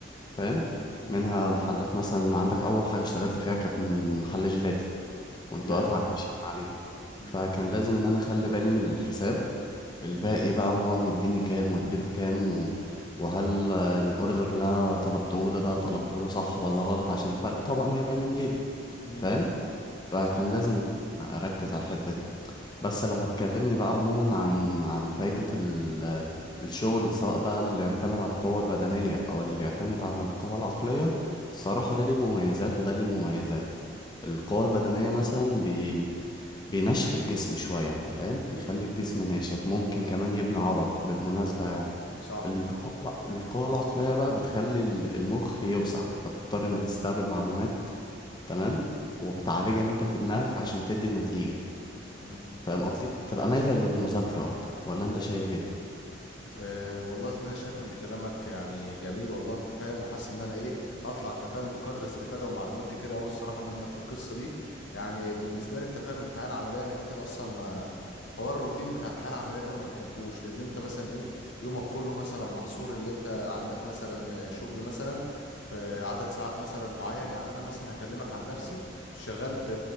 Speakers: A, on the left; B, on the left.
A: فاهم
B: مم.
A: منها محلات مثلا عندك اول حاجه اشتغلت فيها كانت محل جيلاتي كنت
B: جامد
A: واقف على الكاشير عليه
B: مم.
A: فكان لازم ان انا اخلي بالي من الحساب الباقي بقى وهو مديني كام واديله كام و... وهل آه، الاوردر اللي انا طلبته له ده طلبته له صح ولا غلط عشان الفرق طبعا هيبقى من جيبي
B: مم.
A: فاهم فكان
B: صح
A: لازم إن أنا اركز على الحتة دي بس لو هتكلمني بقى عموما عن عن فايدة ال... الشغل سواء بقى اللي بيعتمد على القوة البدنية او اللي بيعتمد على القوة العقلية الصراحة ده ليه مميزات وده ليه مميزات القوة البدنية مثلا بينشف الجسم شوية انت فاهم بيخلي الجسم ناشف ممكن كمان يبني عضل بالمناسبة يعني
B: صح
A: القوة القوة العقلية بقى بتخلي ال- المخ يوسع انت بتضطر انك تستقبل معلومات تمام وبتعالجها انت في دماغك عشان تدي نتيجة
B: مم.
A: فاهم قصدي بتبقى مايلة للمذاكرة اكتر ولا انت شايف ايه
B: أه والله زي ما انا شايف ان كلامك يعني جميل والله انت فاهم وحاسس ان انا ايه هطلع انت فاهم بقدر استفاده ومعلومات كتيره قوي الصراحه منك في القصه دي يعني بالنسبه لي انت فاهم الحياه العمليه انا كده كده اصلا ما هو الروتين بتاع الحياه العمليه ده انا ما بحبوش لان انت مثلا ايه يومك كله مثلا محصور اللي انت عندك مثلا شغل مثلا في عدد ساعات مثلا معين يعني انا مثلا هكلمك عن نفسي شغال في